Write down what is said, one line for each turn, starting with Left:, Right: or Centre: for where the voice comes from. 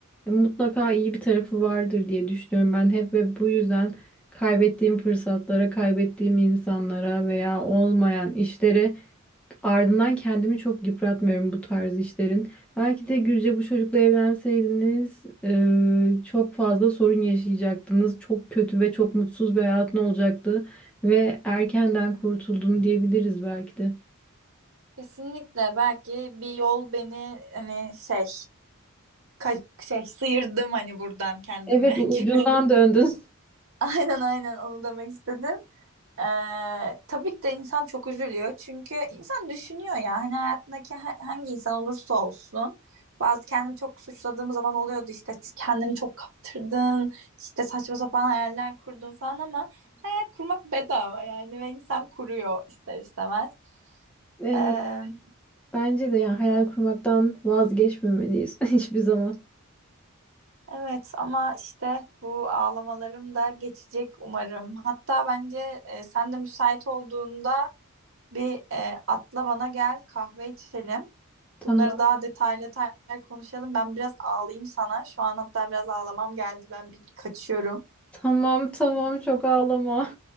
Centre: e, mutlaka iyi bir tarafı vardır diye düşünüyorum ben hep ve bu yüzden kaybettiğim fırsatlara, kaybettiğim insanlara veya olmayan işlere ardından kendimi çok yıpratmıyorum bu tarz işlerin. Belki de Gülce bu çocukla evlenseydiniz e, çok fazla sorun yaşayacaktınız. Çok kötü ve çok mutsuz bir hayatın olacaktı ve erkenden kurtuldun diyebiliriz belki de.
Right: Kesinlikle belki bir yol beni hani şey Ka- şey sıyırdım hani buradan kendimi
Centre: Evet u-
Right: <laughs> gibi.
Centre: ucundan döndün. <laughs>
Right: Aynen aynen onu demek istedim. Ee, tabii ki de insan çok üzülüyor. Çünkü insan düşünüyor ya hani hayatındaki ha- hangi insan olursa olsun. Bazı kendimi çok suçladığım zaman oluyordu işte kendini çok kaptırdın, işte saçma sapan hayaller kurdun falan ama hayal kurmak bedava yani ve insan kuruyor ister istemez.
Centre: Evet,
Right: Ee,
Centre: bence de yani hayal kurmaktan vazgeçmemeliyiz <laughs> hiçbir zaman.
Right: Evet ama işte bu ağlamalarım da geçecek umarım. Hatta bence e, sen de müsait olduğunda bir e, atla bana gel kahve içelim.
Centre: Tamam,
Right: Bunları daha detaylı detaylı konuşalım. Ben biraz ağlayayım sana. Şu an hatta biraz ağlamam geldi. Ben bir kaçıyorum.
Centre: tamam, tamam çok ağlama.